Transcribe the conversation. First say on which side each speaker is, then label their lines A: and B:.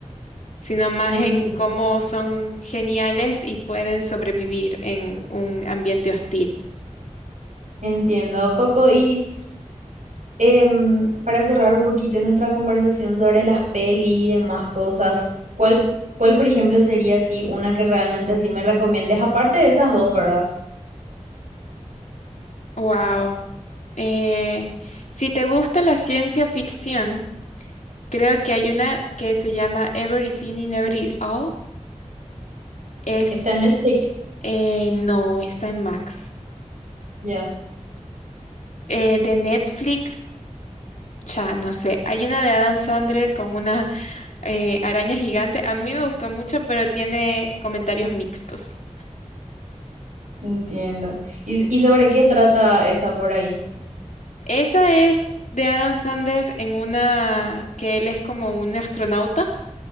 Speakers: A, on the left; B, on the right.
A: sino más
B: En-
A: en cómo son geniales y pueden sobrevivir en un ambiente hostil.
B: Entiendo, Coco, y Em, para cerrar un poquito nuestra conversación sobre las pelis y demás cosas, ¿cuál, cuál, por ejemplo, sería así una que realmente así me recomiendes? Aparte de esas dos, ¿verdad?
A: Wow. Eh, si te gusta la ciencia ficción, creo que hay una que se llama Everything in Every All. Es,
B: Está en Netflix.
A: eh, no, está en Max.
B: Ya,
A: Eh, de Netflix. Cha, no sé. Hay una de Adam Sandler con una eh, araña gigante. A mí me gustó mucho, pero tiene comentarios mixtos.
B: entiendo. ¿Y, y sobre qué trata esa por ahí?
A: Esa es de Adam Sandler en una que él es como un astronauta